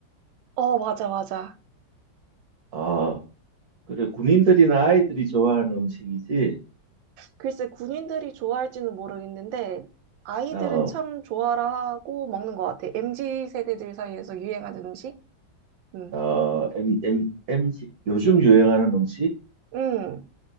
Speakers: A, on the right; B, on the right.
A: 어, 맞아, 맞아.
B: 아, 그래. 군인들이나 아이들이 좋아하는 음식이지?
A: 글쎄, 군인들이 좋아할지는 모르겠는데, 아이들은
B: 어,
A: 참 좋아라 하고 먹는 것 같아. MZ 세대들 사이에서 유행하는 음식? 음.
B: 어, 엠, 엠, 엠지, 요즘 유행하는 음식?
A: 음.